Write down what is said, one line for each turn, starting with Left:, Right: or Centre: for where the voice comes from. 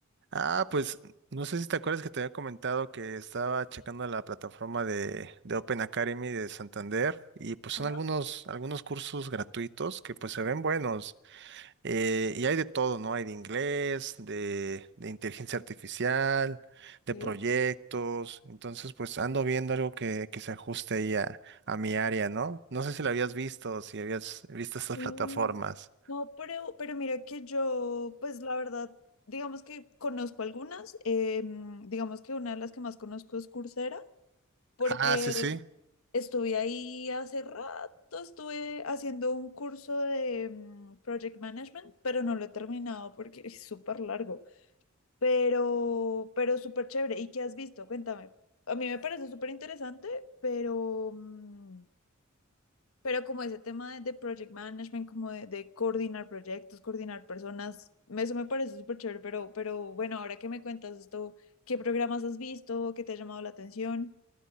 Right: Ah, pues no sé si te acuerdas que te había comentado que estaba checando la plataforma de, de Open Academy de Santander y pues son
Left: Ajá,
Right: algunos, algunos cursos gratuitos que pues se ven buenos. Eh, y hay de todo, ¿no? Hay de inglés, de, de inteligencia artificial,
Left: ok.
Right: de proyectos. Entonces, pues ando viendo algo que, que se ajuste ahí a, a mi área, ¿no? No sé si lo habías visto, si habías visto estas
Left: Mm,
Right: plataformas.
Left: No, pero, pero mira que yo, pues la verdad, digamos que conozco algunas, eh, mm, digamos que una de las que más conozco es Coursera, porque
Right: Ah, sí, sí.
Left: estuve ahí hace rato, estuve haciendo un curso de mm, Project Management, pero no lo he terminado porque es súper largo. Pero, pero súper chévere. ¿Y qué has visto? Cuéntame. A mí me parece súper interesante, pero, mm, pero como ese tema de, de project management, como de, de coordinar proyectos, coordinar personas, eso me parece súper chévere, pero, pero bueno, ahora que me cuentas esto, ¿qué programas has visto? ¿Qué te ha llamado la atención?